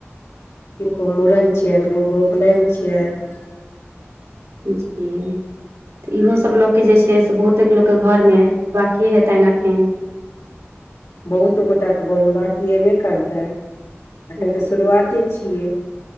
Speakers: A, on the left; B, on the right.
A: किनको मूड़न छियनि किनको उपनयन छियनि
B: तऽ इहो सब ल के जे छै से बहुते लोकके घर मे की हेतनि एखन
A: बहुत गोटाके गाँवमे बाँकी हेबे करतै अखन
B: जी
A: तऽ शुरुआते छियै